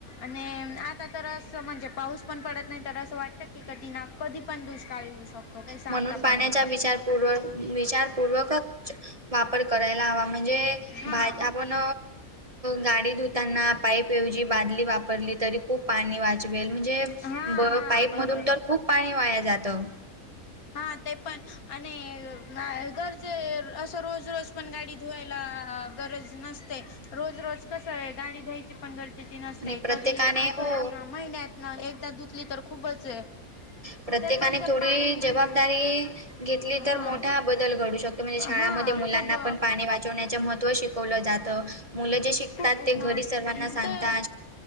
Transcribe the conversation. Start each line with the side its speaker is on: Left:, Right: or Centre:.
Left: आणि आता तर असं म्हणजे पाऊस पण पडत नाही तर असं वाटतं की कधी ना कधी पण दुष्काळ येऊ शकतो काही सांगता
Right: म्हणून पाण्याचा
Left: पण य
Right: विचारपूर्वक वापर करायला ह म्हणजे
Left: हा
Right: आपण गाडी धुताना पाप बादली वापरली तरी खूप पाणी वाचवेल म्हणजे
Left: हा हा
Right: पाईपमधून
Left: बरोबर
Right: तर खूप पाणी वाया जातं
Left: हा ते पण आणि गरजे असं रोज रोज पण गाडी धुवायला गरज नसते रोज रोज कस आहे गाडी धुवायची पण गरज
Right: आणि प्रत्येकाने
Left: कधी आठवड्यात
Right: हो
Left: ना महिन्यात ना एकदा दुधली तर खूपच आहे
Right: प्रत्येकाने
Left: ते पण ते
Right: थोडी
Left: पाणी
Right: घेतली तर
Left: हा
Right: मोठा बदल घडू शकतो म्हणजे शाळामध्ये
Left: हा
Right: मुलांना
Left: खूप
Right: पण पाणी वण्या महत्त्व शिकवलं जात मुलं जे शिकतात
Left: खूप
Right: ते
Left: मग
Right: घरी सर्वांना सांगता
Left: ते